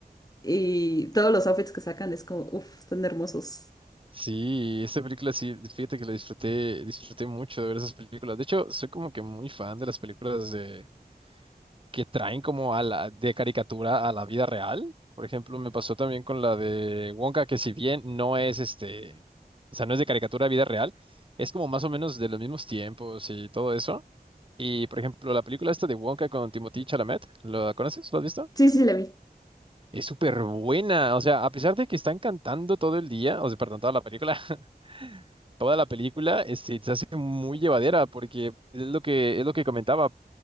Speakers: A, on the left; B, on the right.
A: Y todos los outfits que sacan es como, uff, están hermosos.
B: Sí, esta película sí, fíjate que la disfruté, disfruté mucho de ver esas películas. De hecho, soy como que muy fan de las películas de, que traen como a la, de caricatura a la vida real. Por ejemplo, me pasó también con la de Wonka, que si bien no es este, o sea, no es de caricatura a vida real, es como más o menos de los mismos tiempos y todo eso. Y por ejemplo, la película esta de Wonka con Timothée Chalamet, ¿la conoces? ¿Lo has visto?
A: Sí, sí, la vi.
B: Es súper buena. O sea, a pesar de que están cantando todo el día, o sea, perdón, toda la película, <laughs> toda la película, este, se hace muy llevadera porque es lo que, es lo que comentaba.